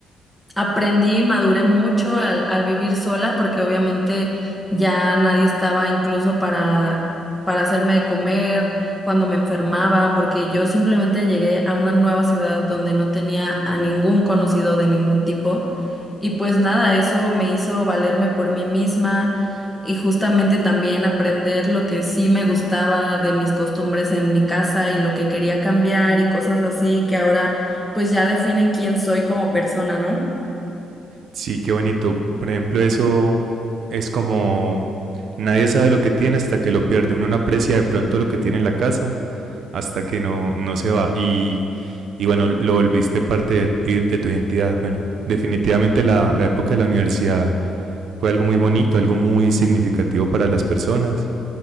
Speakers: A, in the centre; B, on the right (about 65°).
A: Aprendí y maduré mucho al, al vivir sola porque obviamente ya nadie estaba incluso para, para hacerme de comer cuando me enfermaba, porque yo simplemente llegué a una nueva ciudad donde no tenía a ningún conocido de ningún tipo. Y pues nada, eso me hizo valerme por mí misma y justamente también aprender lo que sí me gustaba de mis costumbres en mi casa y lo que quería cambiar y cosas así que ahora pues ya definen quién soy como persona, ¿no?
B: Sí, qué bonito. Por ejemplo, eso es como nadie sabe lo que tiene hasta que lo pierde. Uno no aprecia de pronto lo que tiene en la casa hasta que no, no se va. Y, y bueno, lo volviste parte de, de tu identidad. Bueno, definitivamente la, la época de la universidad fue algo muy bonito, algo muy significativo para las personas.